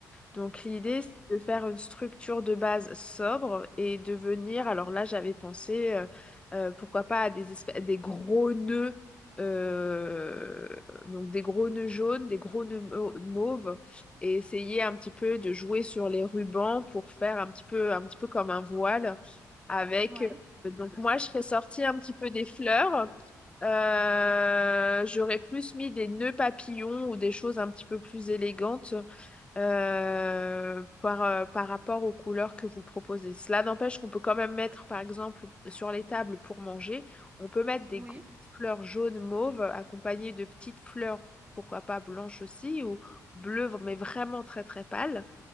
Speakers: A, on the left (about 15°); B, on the right (about 20°).
A: Donc l'idée,
B: Ok.
A: c'est de faire une structure de base sobre et de venir, alors là j'avais pensé, euh, euh, pourquoi pas à des, espè- des gros nœuds, euh, donc des gros nœuds jaunes, des gros nœuds mau- mauves, et essayer un petit peu de jouer sur les rubans pour faire un petit peu, un petit peu comme un voile avec...
B: Ouais.
A: euh, Donc moi je serais sortie un petit peu des fleurs, Euh, j'aurais plus mis des nœuds papillons ou des choses un petit peu plus élégantes euh, par, euh, par rapport aux couleurs que vous proposez. Cela n'empêche qu'on peut quand même mettre, par exemple, sur les tables pour manger, on peut mettre des
B: Oui.
A: gr- fleurs jaunes mauves accompagnées de petites fleurs, pourquoi pas blanches aussi, ou bleues, mais vraiment très très pâles.